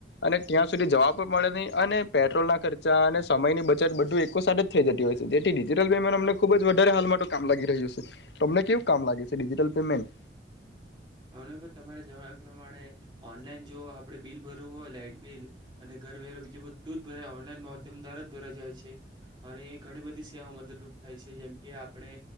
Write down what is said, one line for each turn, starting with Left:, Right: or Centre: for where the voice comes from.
Left: અને ત્યાં સુધી જવા પણ પળે નહીં અને પેટ્રોલના ખર્ચા અને સમયની બચત બધું એકકો સાથે જ થઈ જતી હોય છે. જેથી ડિજિટલ પેમેન્ટ અમને ખુબ જ વધારે હાલ મા તો કામ લાગી રહ્યું સે. તમને કેવું કામ લાગે છે ડિજિટલ પેમેન્ટ?
Right: અમને પણ તમારે જવા પ્રમાણે ઓનલાઈન જો આપડે બિલ ભરવું હોય લાાઈટ બિલ અને ઘર વેરો બીજું બધું જ ભરે ઓનલાઈન માધ્યમ દ્વારા જ ભરા જાય છે અને ઘણી બધી સેવાઓ મદદ રૂપ થાય છે. જેમ કે આપણે